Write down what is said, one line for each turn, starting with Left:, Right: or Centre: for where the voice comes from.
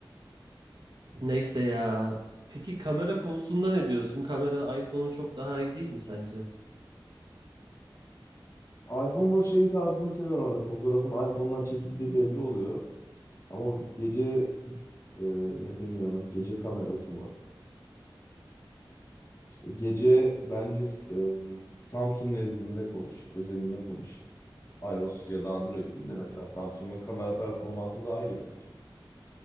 Right: Neyse ya. Peki kamera konusunda ne diyorsun? Kamera iPhone'un çok daha iyi değil mi sence?
Left: iPhone'un o şeyi tarzını seviyorum. Hani fotoğrafın iPhone'dan çekildiği belli oluyor. Ama gece e, ne deniyor ona? Gece kamerası mı? İşte gece bence e, Samsung nezdinde konuş, özelinde konuşayım. iOS ya da Android değil de mesela Samsung'un kamera performansı daha iyi bence.